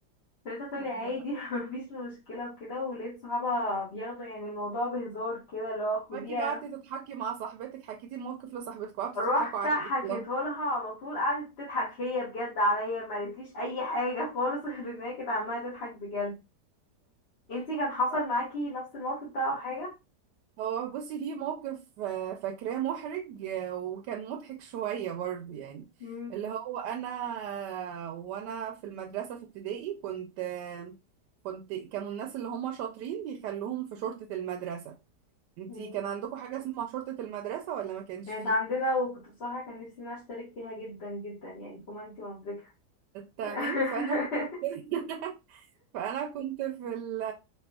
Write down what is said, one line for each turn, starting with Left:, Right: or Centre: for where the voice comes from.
Left: فلقيتها
Right: <laughs>
Left: تقولي عادي <laughs> مفيش مشكله وكده ولقيت صحابها بياخدوا يعني الموضوع بهزار كده اللي هو خديها
Right: أكيد قعدتي تضحكي مع صاحبتك حكيتي الموقف لصاحبتك وقعدتوا
Left: رحت
Right: تضحكوا عليه
Left: حكيته
Right: أصلا
Left: لها على طول قعدت تضحك هي بجد عليا ما قالتليش اي حاجه خالص <laughs> غير ان هي كانت عماله تضحك بجد انتي كان حصل
Right: <laughs>
Left: معاكي نفس الموقف ده او حاجة
Right: هو بصي في موقف آه، فاكراه محرج آه، وكان مضحك شوية برضه يعني
Left: مم.
Right: اللي هو أنا وأنا في المدرسة في ابتدائي كنت آه، كنت كانوا الناس اللي هم شاطرين بيخلوهم في شرطة المدرسة انتي
Left: مم.
Right: كان عندكم حاجة اسمها شرطة المدرسة ولا ما كانش
Left: كانت
Right: فيه؟
Left: عندنا وكنت بصراحة كان نفسي ان انا اشترك فيها جدا جدا يعني فما انتي مبركة
Right: تمام
Left: <laughs>
Right: فأنا كنت <laughs> فانا كنت في ال